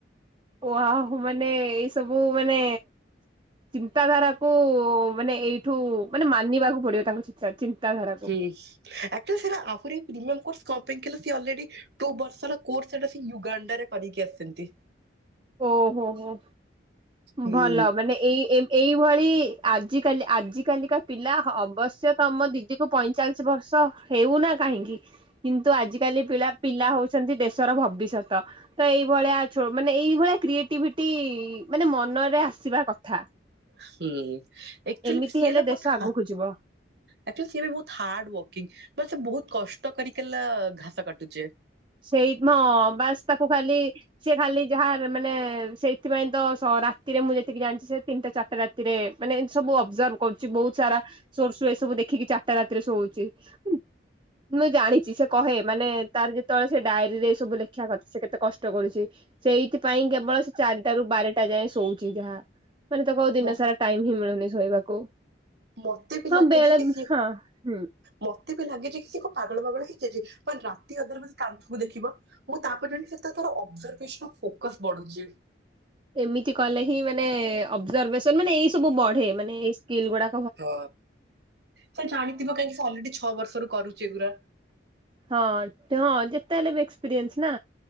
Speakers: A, on the right (about 25°); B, on the right (about 60°).
A: ୱାଓ ମାନେ ଏଇ ସବୁ ମାନେ ଚିନ୍ତାଧାରାକୁ ମାନେ ଏଇଠୁ ମାନେ ମାନିବାକୁ ପଡିବ ତାଙ୍କ ଚିନ୍ତାଧାରାକୁ
B: ହୁଁ ଆକ୍ଚୁଲି ସେଟା ଆହୁରି ପ୍ରିମିୟମ କୋର୍ସ କଣ ପାଇଁ ସିଏ ଅଲରେଡି ଟୁ ବର୍ଷର କୋର୍ସ ସେଟା ସେ ୟୁଗାଣ୍ଡାରେ କରିକି ଆସିଚନ୍ତି।
A: ଓହୋ ହୋ
B: ହୁଁ
A: ଭଲ ମାନେ ଏଇ ଏଇଭଳି ଆ ଜିକାଲି ଆଜିକାଲିକା ପିଲା ଅବଶ୍ୟ ତମ ଦିଦି କୁ ପଇଁଚାଳିଶ ବର୍ଷ ହେଉନା କାହିଁକି କିନ୍ତୁ ଆଜିକାଲି ପିଲା ପିଲା ହଉଚି ଚନ୍ତି ଦେଶର ଭବିଷ୍ୟତ ତ ଏଇଭଳିଆ ଛୁ ମାନେ ଏଇ ସେ ଭଳିଆ କ୍ରିଏଟିଭିଟି ମାନେ ମନରେ ଆସିବା କଥା।
B: ହୁଁ ଆକ୍ଚୁଲି
A: ଏମିତି
B: ସିଏ
A: ହେଲେ
B: ହେଲା ବୋହୁତ
A: ଦେଶ ଆଗକୁ
B: ହା
A: ଯିବ
B: ଆକ୍ଚୁଲି ସିଏ ବି ବୋହୁତ ହାର୍ଡ ୱାର୍କିଂ ବା ସେ ବୋହୁତ କଷ୍ଟ କରିକଲା ଘାସ କାଟୁଚେ।
A: ସେଇ ମ ବାସ୍ ତାକୁ ଖାଲି ସେ ଖାଲି ଯାହା ମାନେ ସେଇଥିପାଇଁ ତ ରାତିରେ ମୁଁ ଯେତିକି ଜାଣିଚି ସେ ତିନିଟା ଚାରି ଚାରିଟା ରାତିରେ ମାନେ ଏମତି ସବୁ ଅବଜର୍ଭ କରୁଚି ବହୁତ ସାରା ସୋର୍ସ ଏ ସବୁ ଦେଖିକି ଚାରିଟା ରାତିରେ ଶୋଉଚିଶ ମୁଁ ଜାଣିଚି ସେ କହେ ମାନେ ତାର ଯେ ତଳେ ସେ ଡାଏରୀରେ ସବୁ ଲେଖା କଥା ସେ କେତେ କଷ୍ଟ କରୁଚି ସେଇଥିପାଇଁ କେବଳ ଚାରିଟା ରୁ ବାରଟା ଯାଏଁ ଶୋଉଚି ଯାହା ମାନେ ତାକୁ ଆଉ ଦିନ
B: ମତେ
A: ସାରା ଟାଇମ ହିଁ ମିଳୁନି ଶୋଇବାକୁ।
B: ମତେ
A: ହଁ ବେଳେ
B: କି ସିଏ
A: ହଁ ହୁଁ।
B: ମତେ ବି ଲାଗେ ଯେ କି ସେ କଣ ପାଗଳ ଫାଗଳ ହେଇଯାଇଚି ରାତି ଅଧରେ ପୁଣି କାନ୍ଥକୁ ଦେଖିବ। ମୁ ତାପରେ ସେ ତାର ଅଭର୍ଜଭେସନ ଫୋକସ ବଢୁଚି।
A: ଏମିତି କଲେ ହିଁ ମାନେ ଅବର୍ଜଭେସନ ମାନେ ଏଇ ସବୁ ବଢେ ମାନେ ଏଇ ସ୍କିଲ୍ ଗୁଡା
B: ହଁ ସେ ଜାଣିଥିବ କାହିଁକି ସେ ଅଲରେଡି ଛଅ ବର୍ଷରୁ କରୁଚି ଏଗୁଡା।
A: ହଁ ହଁ ଯେତେ ହେଲେ ବି ଏକ୍ସପିରିଏନ୍ସ ନା।